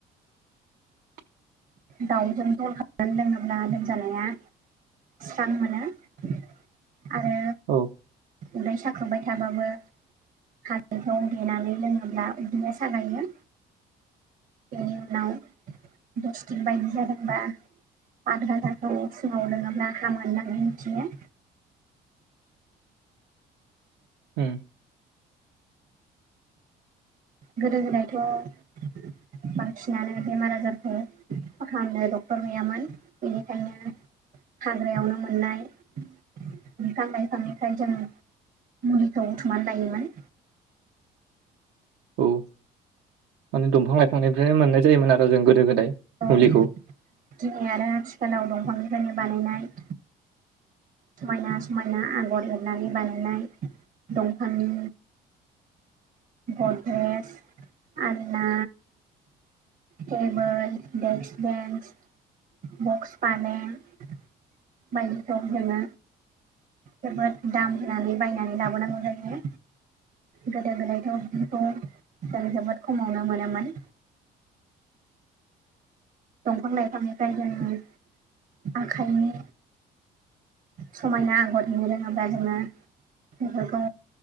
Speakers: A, on the right; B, on the right.
A: <inaudible>
B: दाउजों जल खालामनानै लोङोब्ला लोमजानाया स्रां मोनो आरो
A: औ
B: उदै सा खांबाय थानायाबो हालदैखौ देनानै लोङोब्ला इदिनो सागायोनो। बेनि उनाव दस दिन बायदि जादोंबा आद्रा थाखखौ फुङाव लोङोब्ला हामो होननानै मिथियो।
A: <inaudible> ओ <inaudible>
B: गोदो गोदायथ' बांसिनानो बेमार आजारखौ फथामनो डक्टर गैयामोन बेनिखायनो हाग्रायावनो मोननाय बिफां लाइफांनिफ्राय जों मुलिखौ उथुमनानै लायोमोन।
A: औ माने दंफां लाइफांनिफ्रायनो मोननाय जायोमोन आरो जों गोदो गोदाय।
B: ओ
A: मुलिखौ
B: दिनै आरो आथिखालाव दंफांनिफ्रायनो बानायनाय समायना समायना आगर एरनानै बानायनाय दंफांनि ग्रद्रेस, आलना टेबोल, डेक्स, बेन्स, बक्स फालें बायदिखौ जोङो जोबोद दाम होनानै बायनानै लाबोनांगौ जायो। गोदो गोदायथाव बिखौ जों जोबोद खमावनो मोनोमोन।
A: <inaudible>
B: दंफां लाइफांनि फ्राय जों आखाइनि समायना आगर हेबनो रोङोब्ला जोङो बेफोरखौ